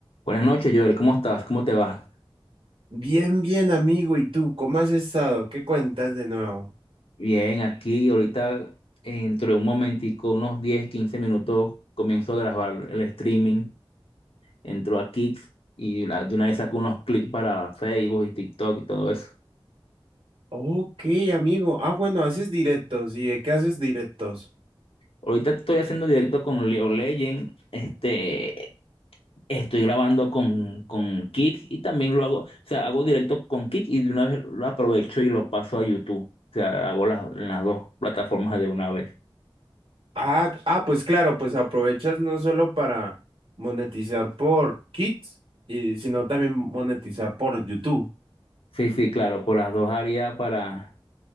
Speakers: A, on the left; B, on the right.
A: Buenas noches, Joel. ¿Cómo estás? ¿Cómo te va?
B: Bien, bien, amigo. ¿Y tú cómo has estado? ¿Qué cuentas de nuevo?
A: Bien, aquí ahorita dentro de un momentico, unos 10, 15 minutos, comienzo a grabar el streaming. Entro a Kick y la- de una vez saco unos clics para Facebook y TikTok y todo eso.
B: Ok, amigo. Ah, bueno, haces directos. ¿Y de qué haces directos?
A: Ahorita estoy haciendo directo con Leo Legend. Este, estoy grabando con, con Kick y también lo hago, o sea, hago directo con Kick y de una vez lo aprovecho y lo paso a YouTube. O sea, hago las, las dos plataformas de una vez.
B: Ah, ah, pues claro, pues aprovechas no solo para monetizar por Kids, y, sino también monetizar por YouTube.
A: Sí, sí, claro, por las dos áreas para